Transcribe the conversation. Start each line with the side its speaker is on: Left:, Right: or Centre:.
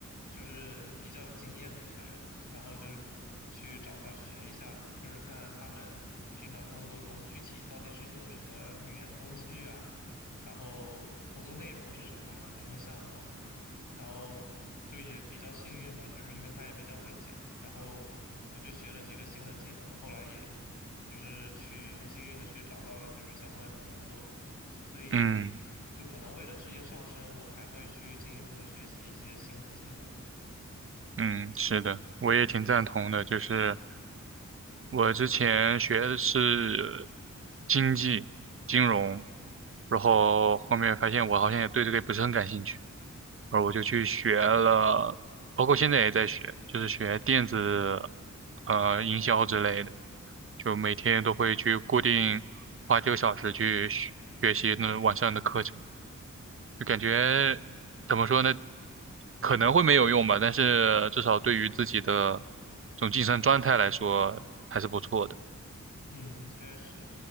Left: 就是比较有经验的一个人，然后就是去找他学一下，就是看他们平常工作中具体到底是用什么语言工具啊，然后工作内容是什么啊，有什么项目啊。然后就也比较幸运吧，就是因为他也比较会讲，然后我就学了几个新的技能，后来也就是去很幸运的去找到了就是相关的工作，所以
Right: 嗯
Left: 就可能为了职业上升，我还会去进一步的学习一些新的技能。
Right: 嗯，是的，我也挺赞同的，就是。我之前学的是经济、金融，然后后面发现我好像也对这个也不是很感兴趣，然后我就去学了，包括现在也在学，就是学电子呃营销之类的，就每天都会去固定花几个小时去学学习那网上的课程，就感觉怎么说呢，可能会没有用吧，但是至少对于自己的这种晋升状态来说还是不错的。
Left: 嗯，确实，